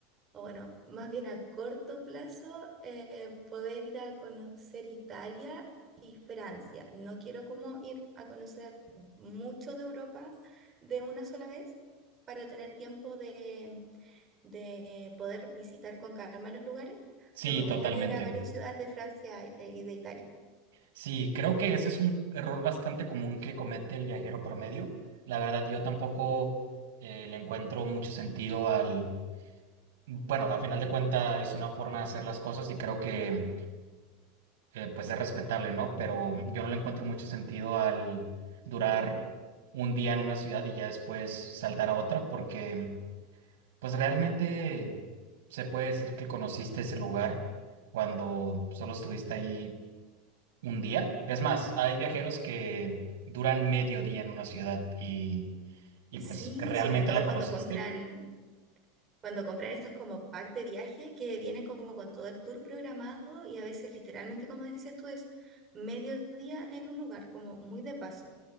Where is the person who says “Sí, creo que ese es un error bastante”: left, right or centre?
Right